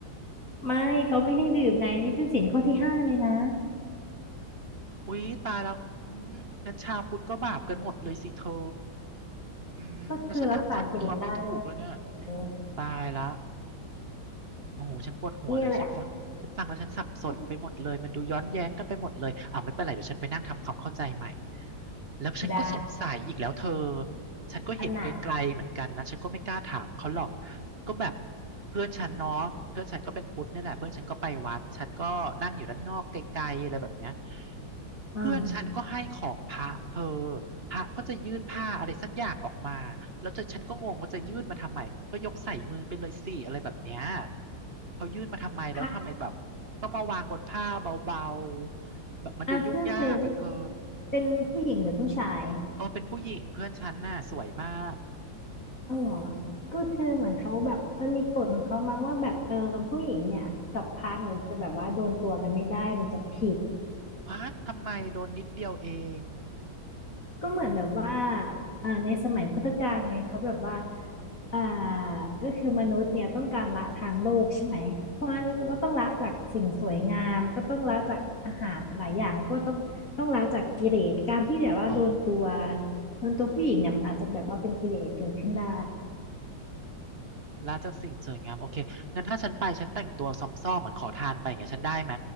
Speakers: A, on the left (about 40°); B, on the right (about 45°).
A: ไม่เขาไม่ให้ดื่มไงนี่เป็นศีลข้อที่ห้าเลยนะ
B: อุ๊ยตายแล้วอืมงั้นชาวพุทธก็บาปกันหมดเลยสิเธออืมแล้วฉันทำทำตัวไม่ถูกแล้วเนี่ย
A: ก็คือรักษาศีลไม่ได้เออ
B: ตายละ โอ้โหฉันปวดหัวเลยฉันฟังฉันฟังแล้วฉันสับสนไปหมดเลยมันดูย้อนแย้งกันไปหมดเลยอ่าไม่เป็นไรเดี๋ยวฉันไปนั่งทำความเข้าใจใหม่
A: เนี่ยแหละ <laughs>
B: แล้วฉันก็สงสัยอีกแล้วเธอ
A: ได้
B: ฉันก็เห็นไกลๆเหมือนกันนะฉันก็ไม่กล้าถามเขาหรอก
A: อันไหน
B: ก็แบบเพื่อนฉันเนาะเพื่อนฉันก็เป็นพุทธนี่แหละเพื่อนฉันก็ไปวัดฉันก็นั่งอยู่ด้านนอกไกลๆอะไรแบบเนี้ย
A: อืม
B: เพื่อนฉันก็ให้ของพระเธอพระก็จะยื่นผ้าอะไรสักอย่างออกมาแล้วจะฉันก็งงว่าจะยื่นมาทำไมก็ยกใส่มือไปเลยสิอะไรแบบเนี้ยเขายื่นมาทำไมแล้วทำไมแบบต้องมาวางบนผ้าเบา
A: พระ
B: ๆแบบมันดูยุ่งยากอะเธอ
A: อ่ะเพื่อนเธอนี่เป็นผู้หญิงหรือผู้ชาย
B: เออเป็นผู้หญิงเพื่อนฉันน่ะสวยมาก
A: อ๋อเหรอก็คือเหมือนเขาแบบมันมีกฎของเขามั้งว่าแบบเออผู้หญิงเนี่ยกับพระเนี่ยจะแบบว่าโดนตัวกันไม่ได้มันจะผิด
B: อืมฮะทำไมโดนนิดเดียวเอง
A: ก็เหมือนแบบว่า
B: อืม
A: อ่าในสมัยพุทธกาลไงเขาแบบว่าอ่าก็คือมนุษย์เนี่ยต้องการละทางโลกใช่ไหม เพราะงั้นก็ต้องละจากสิ่งสวยงามก็ต้องละจากอาหารหลายอย่างก็ต้องต้องละจากกิเลสการที่แบบว่าโดนตัว
B: อืมอ๋อ
A: โดนตัวผู้หญิงเนี่ยมันอาจจะแบบว่าเป็นกิเลสเกิดขึ้นได้
B: อ๋ออืม ละจากสิ่งสวยงามโอเคงั้นถ้าฉันไปฉันแต่งตัวซอมซ่อมเหมือนขอทานไปอย่างเงี้ยฉันได้ไหม